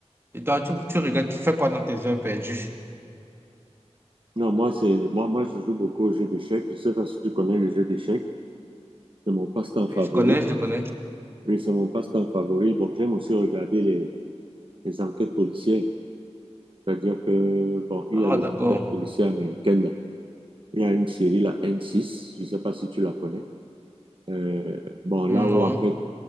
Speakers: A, on the right (about 20°); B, on the right (about 50°).
A: Et toi, tu, tu regardes, tu fais quoi dans tes heures perdues?
B: Non, moi, c'est, moi, moi, je joue beaucoup aux jeux d'échecs. Je sais pas si tu connais le jeu d'échecs. C'est mon passe-temps favori.
A: Oui, je connais, je connais.
B: Oui, c'est mon passe-temps favori. Bon, j'aime aussi regarder les, les enquêtes policières. C'est-à-dire que, bon, il
A: Ah,
B: y a des
A: d'accord.
B: enquêtes policières américaines Il y a une série, la N6, je ne sais pas si tu la connais. Euh, bon, là où
A: Non,
B: en fait,